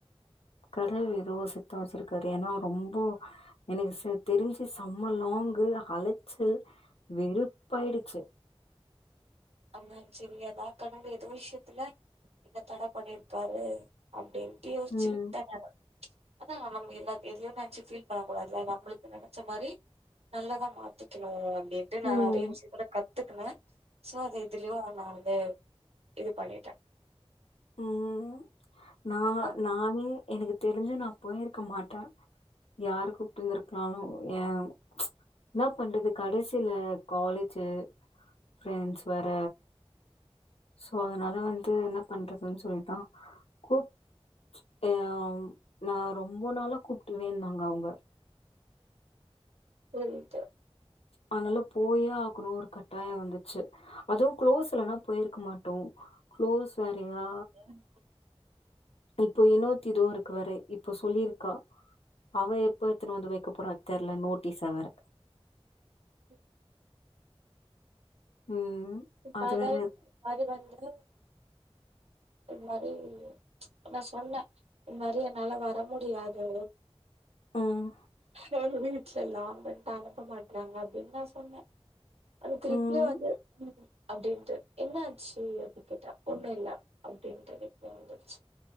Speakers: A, on the left (about 70°); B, on the right (about 75°).
A: கடவுள் எதோ சித்தோ வச்சிருக்காரு ஏனா ரொம்போ எனக்கு ச தெரிஞ்சி சம்மலோ ங்கு அலைச்சல் வெறுப்பாயிடுச்சு
B: ஆமா செரி அதா கடவுள் எதோ விஷ்யத்துல இங்க தட பண்ணிர்க்காரு அப்டின் யோச்சி
A: ம்
B: விட்ட நானு அதா நம்ப எல்லாத் எதையோ நெனச்சி ஃபீல் பண்ண கூடாது அது நம்மளுக்கு நெனச்ச மாரி நல்லதா மாத்திக்குனு அப்டின்ட்டு நா
A: ம்
B: நெறைய விஷியத்துல கத்துக்கினே சோ அது இதுலியு நா வந்து இது பண்ணிட்டே
A: ம் நா
B: இந்த
A: நானே எனக்கு தெரிஞ்சி நான் போயிருக்க மாட்டே யாரு கூப்ட்டு இந்திருக்கலாலு ஏ ப்ச் என்ன பண்றது கடசியில காலேஜு ஃப்ரெண்ட்ஸ் வேற சோ அதனால வந்து என்ன பண்றதுன் சொல்ட்டா கூப் ஆ நா ரொம்போ நாளா கூப்ட்டுருவேந்தாங்க அவுங்க
B: போய்ட்டு
A: அதனால போயே ஆக்கனு ஒரு கட்டாயோ வந்துச்சி அதுவு க்ளோஸ்லனா போய்ருக்க மாட்டோ க்ளோஸ் வேறையா
B: ம்.
A: இப்போ இன்னோத்திதோ இருக்குவாரு இப்போ சொல்லியிருக்கா அவ எப்ப எத்துன்னு வந்து வக்க போறா தெர்ல நோட்டீஸ வேற
B: ம்
A: ம்
B: இப்ப
A: அது
B: அதாது
A: வேற இருக்கு.
B: அது வந்து இந் மாரி நா சொன்னே இந் மாரி என்னால வர முடியாது
A: ம்.
B: எங்க வீட்லல்லா <unintelligible> அனுப்ப மாட்டறாங்க அப்டின் நா சொன்னே அது திருப்பியு
A: ம்.
B: வந்து ம் அப்டின்ட்டு என்ன ஆச்சு அப்டி கேட்டா ஒண்ணு இல்ல அப்டின் <unintelligible>